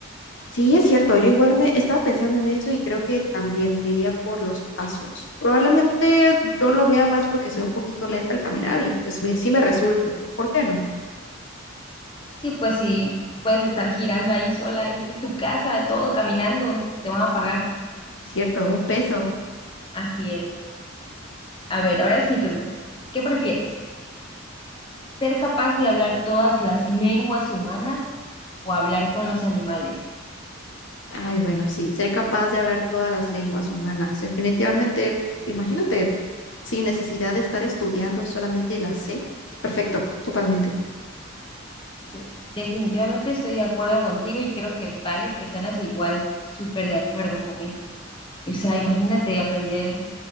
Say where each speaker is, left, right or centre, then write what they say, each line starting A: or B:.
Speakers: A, on the left (about 60°); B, on the left (about 25°).
A: sí, es cierto, yo igual me estaba pensando en eso y creo que también me iría por los pasos. Probablemente yo lo vea más porque soy un poquito lenta al caminar y pues me, sí me resulte. ¿Por qué no?
B: Sí, pues si puedes estar girando ahí sola, ahí en tu casa, todo caminando, te van a pagar.
A: Cierto, un peso.
B: Así es. A ver, ahora es mi turno. ¿Qué prefieres? Ser capaz de hablar todas las lenguas humanas o hablar con los animales.
A: Ay, bueno, sí, ser capaz de hablar todas las lenguas humanas. Definitivamente, imagínate, sin necesidad de estar estudiando, solamente la sé. Perfecto, totalmente.
B: Sí, definitivamente estoy de acuerdo contigo y creo que varias personas igual, súper de acuerdo con eso. O sea, imagínate aprender,